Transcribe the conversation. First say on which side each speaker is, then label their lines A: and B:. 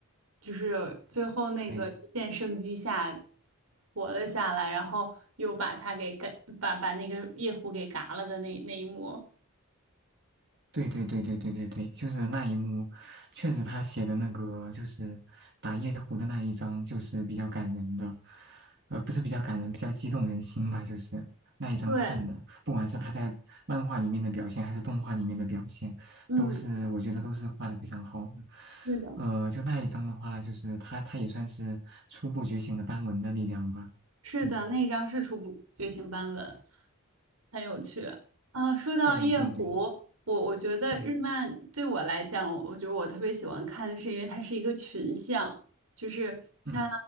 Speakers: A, on the right; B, on the right.
A: 就是最后那个一线生机下
B: 对，
A: 活了下来，然后又把他给干，把把那个夜壶给嘎了的那那一幕。
B: 对对对对对对对，就是那一幕，确实他写的那个就是打夜壶的那一章，就是比较感人的，呃，不是比较感人，比较激动人心吧，就是那一章看的，
A: 对，
B: 不管是他在漫画里面的表现，还是动画里面的表现，
A: 嗯，
B: 都是我觉得都是画的非常好的。
A: 是的，
B: 呃，就那一章的话，就是他他也算是初步觉醒的斑纹的力量吧。
A: 是的，
B: 嗯，
A: 那一张是初步觉醒斑纹，很有趣啊。说到夜壶，
B: 对对对，
A: 我我觉得日漫对我来讲，
B: 嗯
A: 我我觉得我特别喜欢看的是，因为它是一个群像，就是它
B: 嗯。